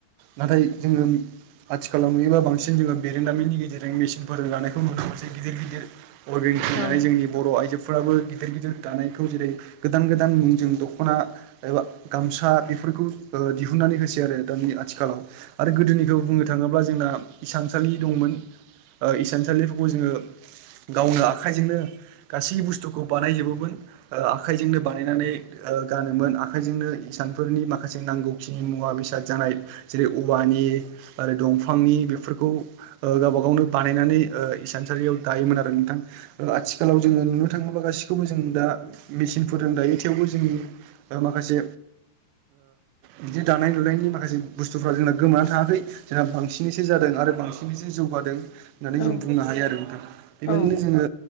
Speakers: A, on the right; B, on the left.
A: नाथाय जोङो आथिखालाव नुयोबा बांसिन जोंहा बिरोंदामिननि गेजेरजों मिसिनफोरजों दानायखौ नुनो मोनसे गिदिर गिदिर <unintelligible> जोंनि
B: औ
A: बर' आइजो फोराबो गिदिर गिदिर दानायखौ जेरै गोदान गोदान मुंजों दख'ना एबा गामसा बेफोरखौ ओ दिहुननानै होसै आरो दानि आथिखालाव आरो गोदोनिखौ बुंनो थाङोब्ला जों जोंना इसानसालि दंमोन इसानसालिफोरखौ जोङो गावनो आखा आखाइजोंनो गासै बुस्थुखौ बानायजोबोमोन आखाइजोंनो बानायनानै ओ गानोमोन आखाइजोंनो इसानफोरनि माखासे जों नांगौखिनि मुवा-बेसाद जानाय जेरै औवानि आरो दंफांनि बेफोरखौ ओ गावबा गावनो बानायनानै ओ इसानसालियाव दायोमोन आरो नोंथां आथिखालाव जोङो नुनो थाङो गासिखौबो जों दा मेचिसिनफोजों दायो थेवबो जोंनि माखासे बिदि दानाय लुनायनि माखासे बुस्थुफ्रा जोंना गोमानानै थाङाखै जोंहा बांसिनैसो जादों आरो बांसिन बांसिन बिसो जौगादों होननानै
B: औ
A: जों बुंनो हायो आरो नोंथां बेबायदिनो
B: औ
A: जोङो